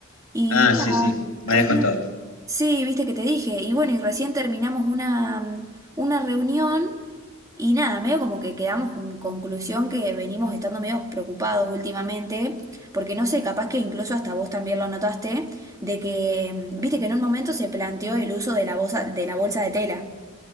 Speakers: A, on the right; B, on the left.
A: Y
B: Ah,
A: nada,
B: sí, sí, me
A: recién...
B: habías contado.
A: Sí, viste que te dije. Y bueno, y recién terminamos una, mm, una reunión. Y nada, medio como que quedamos con conclusión que venimos estando medio preocupados últimamente, porque no sé, capaz que incluso hasta vos también lo notaste, de que, mm, viste que en un momento se planteó el uso de la bolsa, de la bolsa de tela.